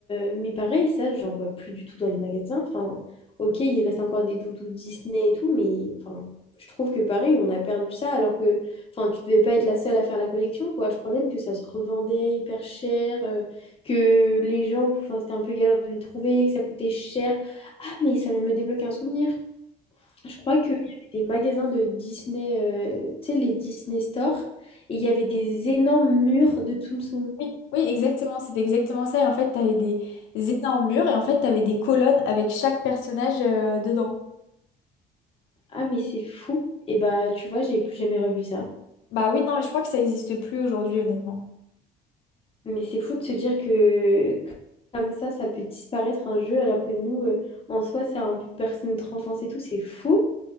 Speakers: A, on the left; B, on the left.
A: euh, mais pareil, ça, j'en vois plus du tout dans les magasins. Enfin, ok, il reste encore des doudous Disney et tout, mais enfin, je trouve que pareil, on a perdu ça, alors que enfin, tu devais pas être la seule à faire la collection, quoi. Je crois même que ça se revendait hyper cher, euh, que les gens, enfin, c'était un peu galère de les trouver, que ça coûtait cher. Ah, mais ça vient de me débloquer un souvenir. Je crois qu'il y avait des magasins de Disney, euh, tu sais, les Disney Store, et il y avait des énormes murs de Tsum Tsum.
B: Oui, oui, exactement, c'était exactement ça. Et en fait, t'avais des énormes murs et en fait, t'avais des colonnes avec chaque personnage euh, dedans.
A: Ah, mais c'est fou. Et bah, tu vois, j'ai plus jamais revu ça.
B: Bah oui, non, mais je crois que ça n'existe plus aujourd'hui, honnêtement.
A: Mais c'est fou de se dire que comme ça, ça peut disparaître un jeu, alors que nous, euh, en soi, ça a un peu bercé notre enfance et tout. C'est fou.